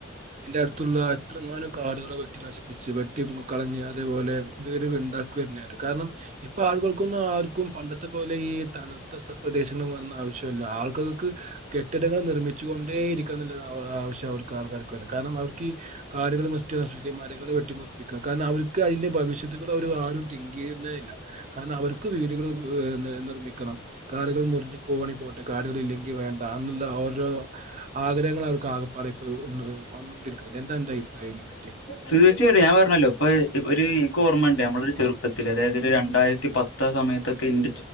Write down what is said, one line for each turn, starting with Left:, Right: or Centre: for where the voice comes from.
Right: ് എ അടുത്തുള്ള എങ്ങ കാടുകളെ വെട്ടി നശിപ്പിച്ച് വെട്ടി കളഞ്ഞ് അതേപോലെ വീട് വിണ്ടാ <unintelligible> കാരണം ഇപ്പൊ ആളുകൾക്കൊന്നും ആർക്കും പണ്ടത്തെ പോലെ ഈ തണുത്ത സ് പ്രദേശങ്ങളൾ വന്ന ആവശൃല്ല ആൾക്കൾക്ക് കെട്ടിടങ്ങൾ നിർമ്മിച്ചുകൊണ്ടേ ഇരിക്ക എന്ന്ല്ലാആവശ്യം അവർക്കാ ആൾകാര്കാ കാരണം അവർക്കീ കാടുകൾ വെട്ടി നശിപ്പിക്കുക മരങ്ങൾ വെട്ടമുറിപ്പിക്കുക കരണം അവർക്ക് അയിന്റെ ഭവി ഷൃത്തകൾ അവ ആരും തിങ്ക്യ്യുന്നേ ഇല്ല കാരണം അവർക്ക് വീടുകൾ പിന്നെ നിർമ്മിക്കണം. കാടുകൾ മുറിഞ്ഞു പോവാണെങ്കിൽ പോട്ടൊ കാടുകൾ ഇല്ലെങ്കിൽ വേണ്ട അതൊന്നുല്ല ഓരോ ആഗ്രഹങ്ങൾ അവർക്ക് ആകപ്പാട ഇപ്പോ വന്നൊണ്ടിരിക്കുന്നത് എന്താണ് അന്റെ അഭിപ്രായം അയിപറ്റി
Left: തീർച്ചയായിട്ടും ഞാൻ പറഞ്ഞല്ലോ ഇപ്പ ഇപ്പോര്ഈ ഇന്ക്ക് ഓമ്മണ്ട്. നമ്മളെ ഒരു ചെറുപ്പത്തിൽ അതായത് ഒരു രണ്ട് രണ്ടായിരത്തി പത്ത് ആ സമയത്തൊക്കെ ഇൻ്റെ